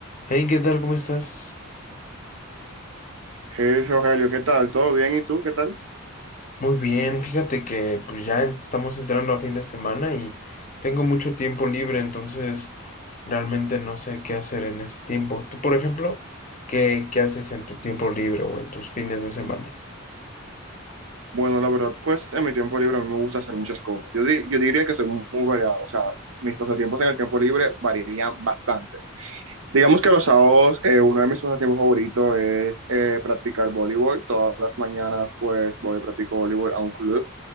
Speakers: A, on the left (about 35°); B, on the right (about 70°).
A: Hey, ¿qué tal? ¿Cómo estás?
B: Hey, Rogelio, ¿qué tal? ¿Todo bien? ¿Y tú? ¿Qué tal?
A: Muy bien, fíjate que pues ya estamos entrando a fin de semana y tengo mucho tiempo libre, entonces realmente no sé qué hacer en ese tiempo. Tú, por ejemplo, ¿qué, qué haces en tu tiempo libre o en tus fines de semana?
B: Bueno, la verdad, pues en mi tiempo libre a mí me gusta hacer muchas cosas. Yo, di- yo diría que soy muy, muy variado, o sea, mis pasatiempos en el tiempo libre varían bastantes. Digamos que los sábados, eh, uno de mis pasatiempos favoritos es eh, practicar voleibol. Todas las mañanas, pues voy y practico voleibol a un club.